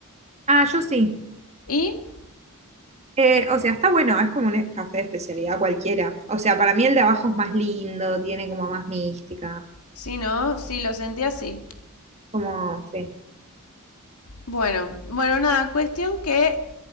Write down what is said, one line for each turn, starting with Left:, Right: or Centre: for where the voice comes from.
Right: Ah, yo sí.
Left: ¿Y?
Right: Eh, o sea, está bueno, es como un café de especialidad cualquiera. O sea, para mí el de abajo es más lindo, tiene como más mística.
Left: Sí, ¿no? Sí, lo sentí así.
Right: Como, sí.
Left: Bueno, bueno, nada, cuestión que